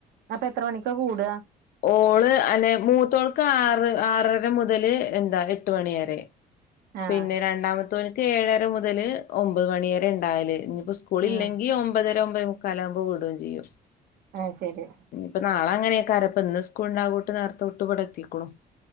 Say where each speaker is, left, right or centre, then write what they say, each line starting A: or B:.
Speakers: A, on the right (about 70°); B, on the left (about 60°).
A: അപ്പൊ എത്ര മണിക്ക കൂട
B: ഓള് അന്നെ മൂത്തോൾക്ക് ആറ് ആറര മുതല് എന്താ എട്ട് മണിയരെ
A: ആഹ്
B: പിന്നെ രണ്ടാമത്തോൻക്ക് ഏഴര മുതല് ഒമ്പത് മണിയരെ ഇണ്ടായല് ഇനിപ്പോ സ്കൂ കൂള്
A: ഉം
B: ഇല്ലെങ്കി ഒമ്പതര ഒമ്പതേ മുക്കാല് ആകുമ്പോ വുടോം ചെയ്യും
A: അത് ശരി
B: ഇനിയിപ്പ നാളെങ്ങനൊക്കാര ഇപ്പ ഇന്ന് സ്കൂള് ഉണ്ട് നേർത്തെ വുട്ട് ഇവിടെത്തിക്ക്ണു